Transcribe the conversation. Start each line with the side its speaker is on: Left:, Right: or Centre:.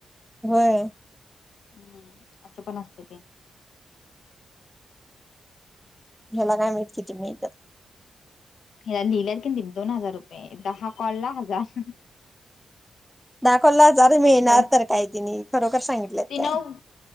Centre: व्हय.
Left: हम्म असं पण असते ते.
Centre: <inaudible> <inaudible>
Left: हिला लिहिल्यात की नाही दोन हजार रुपये दहा कॉलला हजार हं.
Centre: दाखवला जार मिळणार
Left: कॉल
Centre: तर काय तिनी खरोखर सांगितलं
Left: तिनं
Centre: ते.